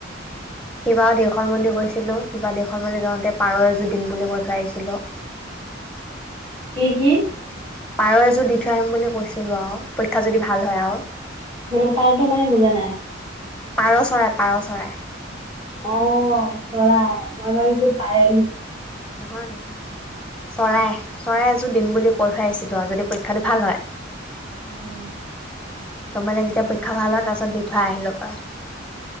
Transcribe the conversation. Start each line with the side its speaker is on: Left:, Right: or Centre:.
Centre: কিবা দেওশাল মন্দিৰ গৈছিলো কিবা দেওশাল মন্দিৰ যাওঁতে পাৰ এযোৰ দিম বুলি কৈ থৈ আহিছিলো।
Right: কি কি
Centre: পাৰ এযোৰ দি থৈ আহিম বুলি কৈছিলো আৰু পৰীক্ষা যদি ভাল হয় আৰু
Right: মানে পাৰটো মানে বুজা নাই
Centre: পাৰ চৰাই পাৰ চৰাই।
Right: অ চৰাই মই ভাবিছো
Centre: অ
Right: পায়
Centre: নহয় নহয়। চৰাই চৰাই এযোৰ দিম বুলি কৈ থৈ আহছিলো আৰু যদি খাটো ভাল হয়।
Right: উম।
Centre: ত মানে যেতিয়া পৰীক্ষা ভাল হয় তাৰপিছত দি থৈ আহিলে পাৰ।